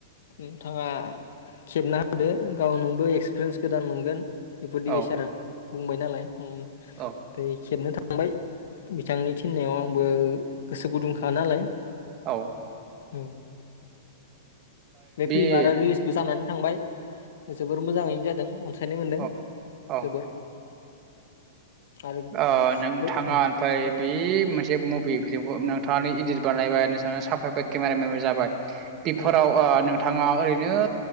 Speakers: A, on the left; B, on the right.
A: नोंथाङा खेबना होदो। गाव नोंबो एक्सपिरिेन्स गोदान मोनगोन। बे प्रदिसारा
B: औ
A: बुंबाय नालाय उम
B: औ
A: बे खेबनो थां थांबाय बिथांनि थिननायाव आंबो गोसो गुदुंखा नालाय
B: औ
A: उम बे फिल्मा
B: ओ औ
A: आरो रिलिसबो जानानै थांबाय। जोबोर मोजाङैनो जादों अनसायनाय मोनदों
B: औ औ
A: जोबोर आरो
B: ओ नोंथाङा
A: उम
B: ओमफ्राय बे मोनसे मुभि फिल्मखौ नोंथाङानो इदित बानायबाय नोंथाङानो साफायबाय केमेरा मेन जाबाय बेफोराव
A: औ
B: ओ नोंथाङा ओरैनो